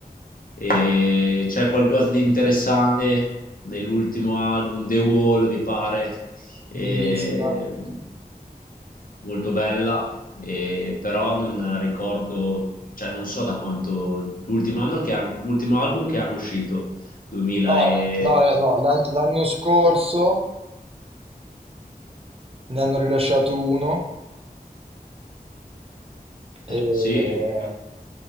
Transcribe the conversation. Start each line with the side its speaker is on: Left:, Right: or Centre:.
Left: e c'è qualcosa di interessante nell'ultimo album, The Wall, mi pare, e-
Right: Bellissima.
Left: molto bella, e- però non ricordo, cioè non so da quanto, l'ultimo anno che han- l'ultimo album che hanno uscito. 2000
Right: No,
Left: e...
Right: no, no, no, l'an- l'anno scorso ne hanno rilasciato uno, e-
Left: Sì,